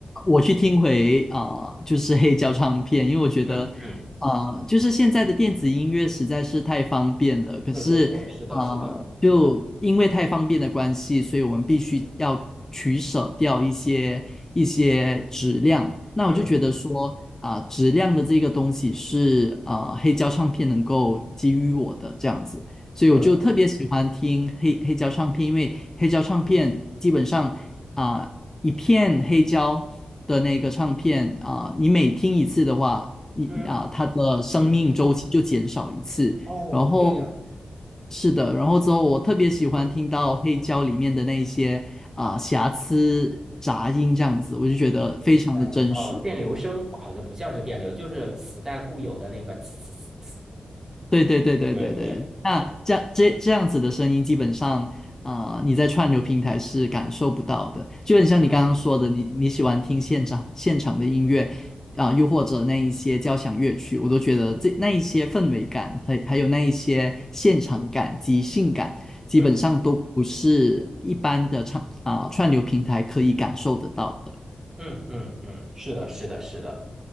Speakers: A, on the left; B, on the right.
A: 我去听回啊、就是黑胶唱片，因为我觉得啊、
B: 嗯嗯，
A: 就是现在的电子音乐实在是太方便了，可是啊、
B: 对对对，是的，是的，
A: 就因为太方便的关系，所以我们必须要取舍掉一些一些质量。那我就觉得说，
B: 嗯，
A: 啊、质量的这个东西是啊、黑胶唱片能够给予我的这样子，所以我就特别喜欢听黑黑胶唱片，
B: 对，
A: 因为黑胶唱片基本上啊、一片黑胶的那个唱片啊、你每听一次的话，你啊、
B: 嗯
A: 它的生命周期就减少一次。
B: 嗯，哦，
A: 然后
B: 这样。
A: 是的，然后之后我特别喜欢听到黑胶里面的那一些啊、
B: 嗯。
A: 瑕疵杂音这样子，我就觉得非常的真实。
B: 就是像啊，电流声好像不像是电流，就是磁带固有的那个磁磁磁。
A: 对对对对对对对，
B: 对对对，
A: 那这样这这样子的声音，基本上，啊，你在串流平台是感受不到的。就很像你刚刚说的，
B: 嗯
A: 你你喜欢听现场现场的音乐啊、又或者那一些交响乐曲，我都觉得这那一些氛围感，还还有那一些现场感、及性感，基本上都不是一般的唱啊、
B: 嗯
A: 串流平台可以感受得到的。
B: 嗯嗯嗯，是的，是的，是的，